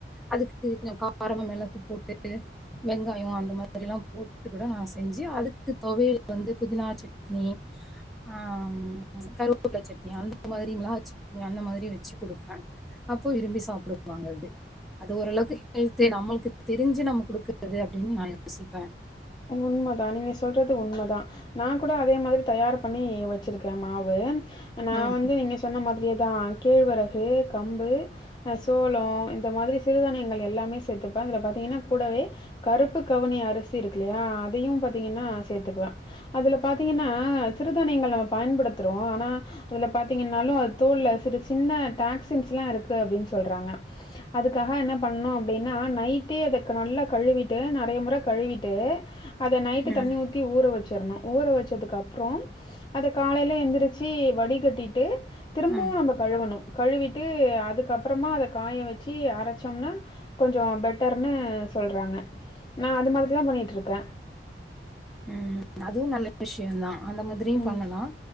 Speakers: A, in the centre; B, on the left.
A: அதுக்கு கொஞ்சோ காரமா மெளகு போட்டு வெங்காயோ அந்த மாரி எல்லா போட்டு கூட நாசெஞ்சி அதுக்கு தொவையல் வந்து புதினா சட்னி ஆம் கருவேப்ள சட்னி அந்த மாரி மிளகா சட்னி அந்த மாரி வச்சு குடுப்பே அப்போ விரும்பி சாப்புடுவாங்க அது அது ஓரளவுக்கு ஹெல்து நம்மளுக்கு தெரிஞ்சு நம்ம குடுக் கறது அப்டின்னு நா யோசிப்ப
B: உண்மதா நீங்க சொல்றது உண்மதா நா கூட அதே மாரி தயார் பண்ணி வச்சிருக்கே மாவு நா
A: ம்
B: வந்து நீங்க சொன்ன மாதிரியேதா கேழ்வரகு கம்பு அ சோளோ இந்த மாதிரி சிறுதானியங்கள் எல்லாமே சேத்துப்ப அதுல பாத்தீங்கன்னா கூடவே கருப்பு கவுனி அரிசி இருக்குல்லையா அதையு பாத்தீங்கன்னா சேத்துக்குவ அதுல பாத்தீங்கன்னா சிறுதானியங்கள் நம்ம பயன்படுத்துறோ ஆனா அதுல பாத்தீங்கன்னாலு அது தோள்ள சிறு சின்ன டாக்சின்ஸ்லா இருக்கு அப்டின் சொல்றாங்க அதுக்காக என்ன பண்ணு அப்டின்னா நை ட்டே அத நல்லா கழுவிட்டு நறைய முற கழுவிட்டு அத நைட்டு
A: ம்
B: தண்ணி ஊத் ஊத்தி ஊற வச்சிர்ணு ஊற வச்சதுக்கு அப்றோ அத காலைல எந்திரிச்சி வடி கட்டிட்டு திரும்பவு
A: ம்
B: நம்ப கழுவணு கழுவிட்டு அதுக்கப்புறமா அத காய வச்சு அரைச்சோம்னா கொஞ்சோ பெட் டர்னு சொல்றாங்க நா அது மாரிதா பண்ணிட்டு இருக்கே
A: ம் அதுவு நல்ல விஷ்யோந்தா அந்த மாதிரியு
B: ம்
A: பண்ணலா